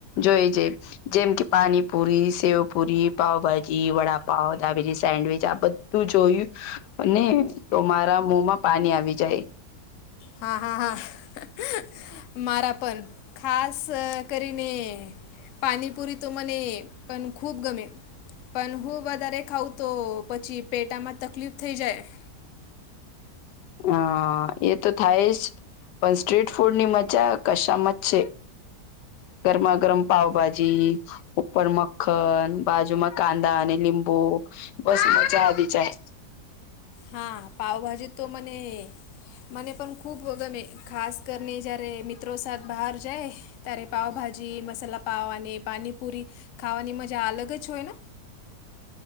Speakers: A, on the left; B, on the left.
A: જોઈ જે જન જેમ કે પાણીપુરી, સેવપુરી, પાાવભાજી, વડાપાવ, દાબેલી, સેન્ડવીચ આ બધ તું જોયું ને તો મારા મોમાં પાણી આવી જાય.
B: હા, હા, હા. મારા પન ખાસ કરીને પાણીપુરી તો મને પણ ખૂબ ગમે. પણ હું વધારે ખાઉં તો પછી પેટામાં તકલીફ થઈ જાય.
A: હા એ તો થાય જ પણ સ્ટ્રીટ ફૂડની મજા કસામ જ છે. ગરમા ગરમ પાાવભાજી, ઉપરમ ખન, બાજુમાં કાંદા અને લીંબુ બસ મજા આવી જાય.
B: હા પાવભાજી તો મને મને પણ ખૂબ ગમે, ખાસ કરીને જયારે મિત્રો સાથ બહાર જાય. ત્યારે પાાવભાજી, મસાલા પાવ આની પાનીપુરી ખાવાની મજા અલગ જ હોય ને?